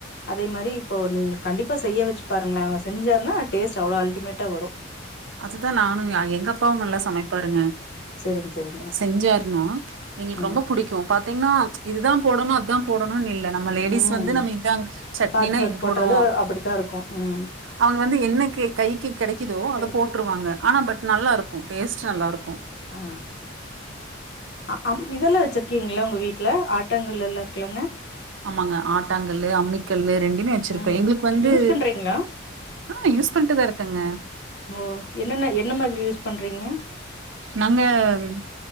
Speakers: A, on the left; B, on the right.
A: அதே மாரி இப்போ நீங்குள் கண்டிப்பா செய்ய வெச்சி பாருங்ளே அவ செஞ்சார்னா டேஸ்ட் அவ்ளோ அல்ட்டிமேட்டா வரு
B: அதுதான் நானும் எங்க அப்பாவும் நல்லா சமைப்பாருங்க
A: சரிங்க சரிங்க
B: செஞ்சாருன்னா எங்களுக்கு
A: ம்
B: ரொம்ப புடிக்கும் பாத்தீங்கன்னா இதுதான் போடணும் அது தா போடணுன் இல்ல நம்ம லேடிஸ்
A: ம்
B: வந்து நம்ம இதான் சட்னினா
A: பாத்து பாத்து
B: இது
A: போட்டாலு
B: போடுவோ
A: அப்படித்தா இருக்கு ம்
B: அவங்க வந்து என்ன கெய் கைக்கு கெடைக் இதோ
A: கெடைக்குது
B: அத போட்டுருவாங்க ஆனா பட் நல்லாருக்கு டேஸ்ட் நல்லாருக்கு
A: ஆ அ அம் இதெல்லா வச்சிருக்கீங்களா உங்க வீட்ல ஆட்டங்கள் எல்லா இருக்குளங்க
B: ஆமாங்க ஆட்டாங்கல்லு அம்மிக்கல்லு ரெண்டுமே வச்சிருக்கே
A: ம்
B: எங்களுக்கு வந்து
A: யூஸ் பண்றீங்களா
B: ஆஹ் யூஸ் பண்ட்டுதாருக்கங்க
A: ஓ என்னென்ன என்ன மாதிரி யூஸ் பண்றீங்க
B: நாங்க ம்